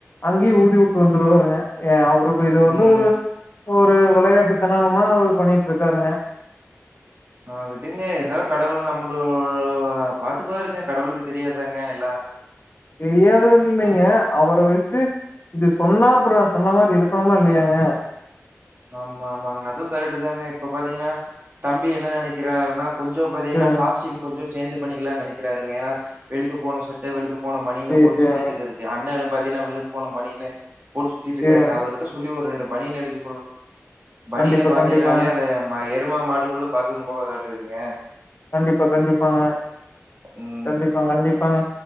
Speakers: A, on the left; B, on the right.
A: அங்கயு ஊதிஉட்டு வந்துருவாருங்க எ அவரு இப்ப இத வந்து
B: ம்
A: ஒரு ஒரு விளையாட்டுத்தனமா அவரு பண்ணிட்ருக்காருங்க
B: ஆ விடுங்க எதோ கடவுள் நம்மளு பாத்துக்குவாருங்க கடவுளுக்கு தெரியாதாங்க எல்லா
A: தெரியாதுன் இல்லைங்க அவுர வெச்சு இது சொன்னா அப்பறோ சொன்ன மாரி இருக்கணுமா இல்லையாங்க
B: ஆமா ஆமாங்கனா அது கரெக்ட்டுதாங்க இப்ப பாத்தீங்கனா தம்பி என்ன நெனைக்கிறார்னா கொஞ்சோ பாத்தீங்கனா
A: சேரிங்க
B: காஸ்ட்யூம் கொஞ்சோ சேஞ்சு பண்ணிக்கலா நெனைக்குறாருங்க எனா வெலுத்து போன ச த வெலுத்து போன பனியன
A: சேரி
B: போட்டு
A: சேரி
B: சுத்திட்ருக்காரு அண்ண பாத்தீன்னா வெலுத்து போன பனியனு போட்டு சுத்திட்ருக்காருங்க
A: சேரிங்க
B: அவருகிட்ட சொல்லி ஒரு ரெண்டு பனியன் எடுக பனியன
A: கண்டிப்பா
B: பாத்தீங்கனாலே
A: கண்டிப்பாங்க
B: அது எரும மாடு கூட பாத்ரூம் போகாதாட்ருக்குதுங்க
A: கண்டிப்பா கண்டிப்பாங்க
B: ம்.
A: கண்டிப்பாங் கண்டிப்பாங்க